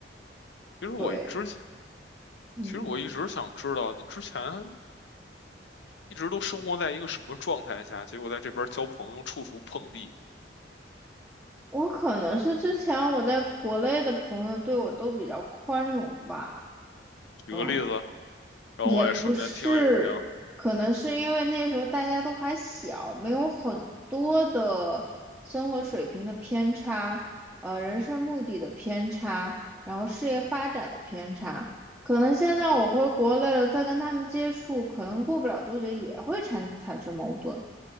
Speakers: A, on the left; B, in the centre.
A: 其实我之前
B: 对，嗯，
A: 其实我一直想知道你之前一直都生活在一个什么状态下，结果在这边交朋友处处碰壁。
B: 我可能是之前我在国内的朋友对我都比较宽容吧，
A: 举个例子。
B: 嗯，
A: 然后我也顺便听了一听。
B: 也不是，可能是因为那时候大家都还小，没有很多的生活水平的偏差，呃，人生目的的偏差，然后事业发展的偏差。可能现在我回国内了，再跟他们接触，可能过不了多久也会产产生矛盾。